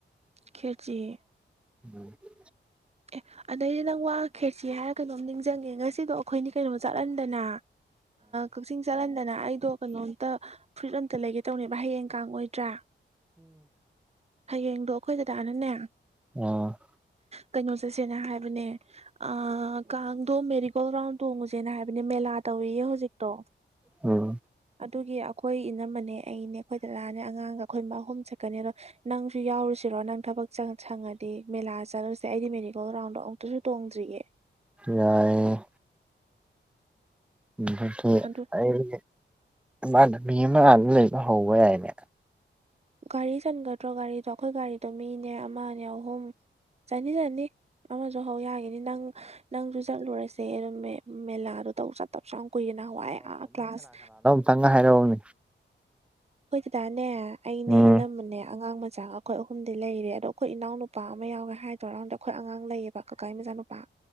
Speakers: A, on the right; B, in the centre.
A: ꯈꯦꯆꯤ
B: <unintelligible>
A: ꯑꯦ ꯑꯗꯩꯗꯤ ꯅꯪ ꯋꯥ ꯈꯦꯠꯁꯤ ꯍꯥꯏꯔ ꯀꯩꯅꯣꯝ ꯅꯤꯡꯁꯤꯡꯉꯦ ꯉꯁꯤꯗꯣ ꯑꯩꯈꯣꯏꯅꯤ ꯀꯩꯅꯣꯝ ꯆꯠꯍꯟꯗꯅ ꯀꯛꯆꯤꯡ ꯆꯠꯍꯟꯗꯅ ꯑꯩꯗꯣ ꯀꯩꯅꯣꯝꯇ ꯐꯨꯔꯤꯠ ꯑꯝꯇ ꯂꯩꯒꯦ ꯇꯧꯅꯦꯕ ꯍꯌꯦꯡ ꯀꯥꯡ ꯑꯣꯏꯗ꯭ꯔꯥ ꯍꯌꯦꯡꯗꯣ ꯑꯩꯈꯣꯏ ꯗꯗꯥꯅꯅꯦ
B: ꯑꯣ
A: ꯀꯩꯅꯣ ꯆꯠꯁꯦꯅ ꯍꯥꯏꯕꯅꯦ ꯑ ꯀꯥꯡꯗꯣ ꯃꯦꯔꯤꯒꯣꯜ ꯔꯥꯎꯟ ꯇꯣꯡꯉꯨꯁꯦꯅ ꯍꯥꯏꯕꯅꯦ ꯃꯦꯂꯥ ꯇꯧꯏꯌꯦ ꯍꯧꯖꯤꯛꯇꯣ
B: ꯎꯝ
A: ꯑꯗꯨꯒꯤ ꯑꯩꯈꯣꯏ ꯏꯅꯝꯃꯅꯦ ꯑꯩꯅꯦ ꯑꯩꯈꯣꯏ ꯗꯗꯥꯅꯦ ꯑꯉꯥꯡꯒ ꯑꯩꯈꯣꯏ ꯑꯍꯨꯝ ꯆꯠꯀꯅꯤꯕ ꯅꯪꯁꯨ ꯌꯥꯎꯔꯨꯁꯤꯔꯣ ꯅꯪ ꯊꯕꯛ ꯁꯪꯉꯗꯤ ꯃꯦꯂꯥ ꯆꯠꯂꯨꯁꯤ ꯁ ꯑꯩꯗꯤ ꯃꯦꯅꯤꯀꯦꯜ ꯒ꯭ꯔꯥꯎꯟꯗ ꯑꯃꯨꯛꯇꯁꯨ ꯇꯣꯡꯗ꯭ꯒꯦ
B: ꯌꯥꯏ ꯑꯗꯨꯗꯒꯤ
A: ꯑꯗꯨ
B: ꯑꯩ ꯃꯥꯃꯗ ꯃꯤ ꯑꯃ ꯑꯗꯨ ꯂꯩꯕ ꯍꯧꯕ ꯌꯥꯏꯅꯦ
A: ꯒꯥꯔꯤ ꯆꯟꯒꯗ꯭ꯔꯣ ꯒꯥꯔꯤꯗꯣ ꯑꯩꯈꯣꯏ ꯒꯥꯔꯤꯗꯣ ꯃꯤꯅꯦ ꯑꯃꯅꯦ ꯑꯍꯨꯝ ꯆꯅꯤ ꯆꯅꯤ ꯑꯃꯁꯨ ꯍꯧ ꯌꯥꯈꯤꯅꯤ ꯅꯪ ꯅꯪꯁꯨ ꯆꯠꯂꯨꯔꯁꯦ ꯑꯗꯨꯝ ꯃꯦꯂꯥꯗꯣ ꯇꯧ ꯆ ꯇꯧ ꯆ ꯀꯨꯏꯒꯅ ꯍꯋꯥꯏ ꯑ ꯀ꯭ꯂꯥꯁ
B: ꯈꯤꯇꯪꯒ ꯍꯥꯏꯔꯛꯎꯅꯤ
A: ꯍꯣꯏ ꯗꯥꯅꯦ ꯑꯩꯅꯦ
B: ꯎꯝ
A: ꯏꯅꯝꯕꯅꯦ ꯑꯉꯥꯡ ꯃꯆꯥ ꯑꯩꯈꯣꯏ ꯑꯍꯨꯝꯗꯤ ꯂꯩꯔꯦ ꯑꯗꯣ ꯑꯩꯈꯣꯏ ꯏꯅꯥꯎ ꯅꯨꯄꯥ ꯑꯃ ꯌꯥꯎꯋꯦ ꯍꯥꯏꯗꯧꯔꯀꯥꯟꯗ ꯑꯩꯈꯣꯏ ꯑꯉꯥꯡ ꯂꯩꯌꯦꯕ ꯀꯀꯥ ꯃꯆꯥꯅꯄꯥ <unintelligible>